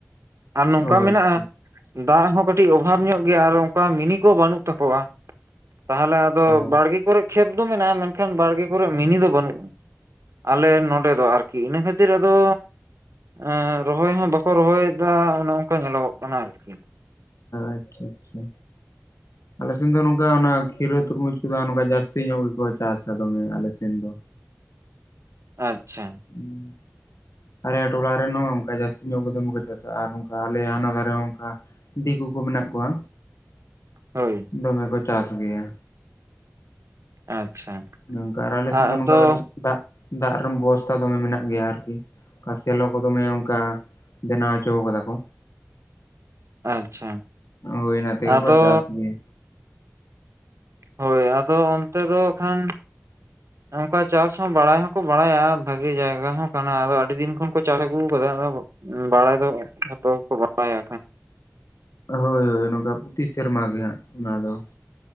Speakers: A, on the right (about 70°); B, on the left (about 75°).
A: ᱟᱨ ᱱᱚᱝᱠᱟ
B: ᱚ
A: ᱢᱮᱱᱟᱜᱼᱟ
B: ᱟᱪᱪᱷᱟ
A: ᱫᱟᱜ ᱦᱚᱸ ᱠᱟᱹᱴᱤᱡ ᱚᱵᱷᱟᱵᱽ ᱧᱚᱜ ᱜᱮᱭᱟ ᱟᱨ ᱚᱝᱠᱟ ᱢᱤᱱᱤ ᱠᱚ ᱵᱟᱹᱱᱩᱜ ᱛᱟᱠᱚᱣᱟ᱾ ᱛᱟᱦᱚᱞᱮ ᱟᱫᱚ
B: ᱚ
A: ᱵᱟᱲᱜᱮ ᱠᱚᱨᱮᱜ ᱠᱷᱮᱛ ᱫᱚ ᱢᱮᱱᱟᱜᱼᱟ ᱢᱮᱱᱠᱷᱟᱱ ᱵᱟᱲᱜᱮ ᱠᱚᱨᱮᱜ ᱢᱤᱱᱤ ᱫᱚ ᱵᱟᱹᱱᱩᱜᱼᱟ᱾ ᱟᱞᱮ ᱱᱚᱸᱰᱮ ᱫᱚ ᱟᱨᱠᱤ ᱤᱱᱟᱹ ᱠᱷᱟᱹᱛᱤᱨ ᱟᱫᱚᱼᱼ ᱮᱸ ᱨᱚᱦᱚᱭ ᱦᱚᱸ ᱵᱟᱠᱚ ᱨᱚᱦᱚᱭᱮᱫᱟ ᱚᱱᱮ ᱚᱝᱠᱟ ᱧᱮᱞᱚᱜᱚᱜ ᱠᱟᱱᱟ ᱟᱨᱠᱤ᱾
B: ᱟᱪᱪᱷᱟ ᱟᱪᱪᱷᱟ᱾ ᱟᱞᱮ ᱥᱮᱱ ᱫᱚ ᱱᱚᱝᱠᱟ ᱚᱱᱟ ᱠᱷᱤᱨᱟᱹ ᱛᱚᱨᱢᱩᱡᱽ ᱠᱚᱫᱚ ᱟᱸ ᱱᱚᱠᱟ ᱡᱟᱹᱥᱛᱤ ᱧᱚᱜ ᱜᱮᱠᱚ ᱪᱟᱥᱟ ᱫᱚᱢᱮ ᱟᱞᱮ ᱥᱮᱱ ᱫᱚ,
A: ᱟᱪᱪᱷᱟ,
B: ᱦᱩᱸ ᱟᱞᱮ ᱴᱚᱞᱟ ᱨᱮᱱ ᱦᱚᱸ ᱚᱝᱠᱟ ᱡᱟᱹᱥᱛᱤ ᱧᱚᱜ ᱜᱮ ᱫᱚᱢᱮ ᱠᱚ ᱪᱟᱥᱟ ᱟᱨ ᱚᱝᱠᱟ ᱟᱞᱮ ᱦᱟᱱᱟ ᱫᱷᱟᱨᱮ ᱦᱚᱸ ᱚᱝᱠᱟ ᱫᱤᱠᱩ ᱠᱩ ᱢᱮᱱᱟᱜ ᱠᱚᱣᱟ᱾
A: ᱦᱳᱭ
B: ᱫᱚᱢᱮ ᱠᱚ ᱪᱟᱥ ᱜᱮᱭᱟ᱾
A: ᱟᱪᱪᱷᱟ᱾
B: ᱱᱚᱝᱼᱠᱟ ᱟᱨ ᱟᱞᱮ ᱥᱮᱱ
A: ᱟᱫᱚ
B: ᱫᱚ ᱱᱚᱝᱠᱟ ᱠᱟᱹᱴᱤᱡ ᱫᱟᱜ ᱫᱟᱜ ᱨᱚᱢ ᱵᱚᱥᱛᱷᱟ ᱫᱚᱢᱮ ᱢᱮᱱᱟᱜ ᱜᱮᱭᱟ ᱟᱨᱠᱤ᱾ ᱟ ᱥᱮᱞᱚ ᱠᱚ ᱫᱚᱢᱮ ᱚᱱᱠᱟ ᱵᱮᱱᱟᱣ ᱪᱚᱣ ᱠᱟᱫᱟ ᱠᱚ᱾
A: ᱟᱪᱪᱷᱟ
B: ᱦᱳᱭ ᱳᱱᱟ ᱛᱮᱜᱮ
A: ᱟᱫᱚ
B: ᱠᱚ ᱪᱟᱥ ᱜᱮᱭᱟ᱾
A: ᱦᱳᱭ ᱟᱫᱚ ᱚᱱᱛᱮ ᱫᱚ ᱠᱷᱟᱱᱼᱼ
B: <inaudible>
A: ᱚᱝᱠᱟ ᱪᱟᱥ ᱦᱚᱸ ᱵᱟᱲᱟᱭ ᱦᱚᱸᱠᱚ ᱵᱟᱲᱟᱭᱟ ᱵᱷᱟᱜᱮ ᱡᱟᱭᱜᱟ ᱦᱚᱸ ᱠᱟᱱᱟ ᱟᱫᱚ ᱟᱹᱰᱤ ᱫᱤᱱ ᱠᱷᱚᱱ ᱠᱚ ᱪᱟᱥ ᱟᱹᱜᱩᱣ ᱠᱟᱫᱟ ᱟᱫᱚᱼᱼ ᱵᱟᱲᱟᱭ ᱫᱚ ᱡᱷᱚᱛᱚ ᱜᱮᱠᱚ ᱵᱟᱲᱟᱭᱟᱼᱼ
B: ᱦᱳᱭ ᱦᱳᱭ ᱱᱚᱠᱟ ᱯᱩᱛᱷᱤ ᱥᱮᱨᱢᱟ ᱜᱮ ᱦᱟᱸᱜ ᱚᱱᱟ ᱫᱚ,